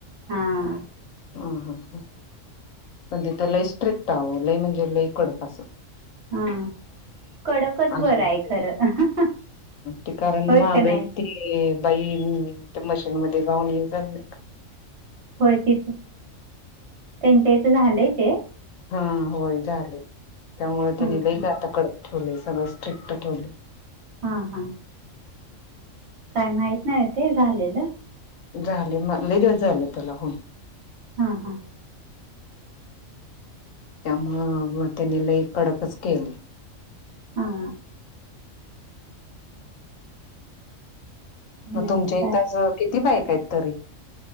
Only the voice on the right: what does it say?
हां.
हा कडकच
बरं आहे खरं
होय
का नाही.
होय तिथे त्यांच्या इथं झालंय ते.
हा हा
हा हा. काय माहत नाही ते झालेलं.
हा हा.
हा. काही
नाही
काय